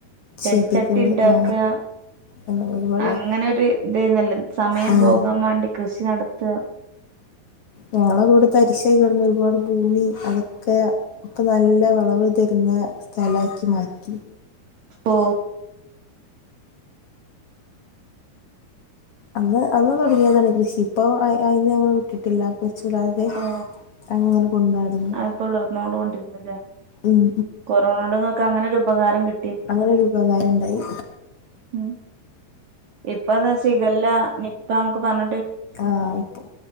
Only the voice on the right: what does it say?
ചെടിച്ചട്ടി
ഉണ്ടാക്കാ
അങ്ങനൊരു ഇതേന്നല്ലോ സമയം
പോകാൻ മാണ്ടി കൃഷി നടത്താ
പോ
ഓ
അത് തുളർന്നൊണ്ട് കൊണ്ടിരുന്നില്ലേ
കൊറോണ കൊണ്ട് ഇങ്ങക്ക് അങ്ങനെരു ഉ ഉപകാരം കി
ഉം ഇപ്പ അതാ ഷിഗെല്ല നിപ്പ അമ്മെക്ക് പർൺ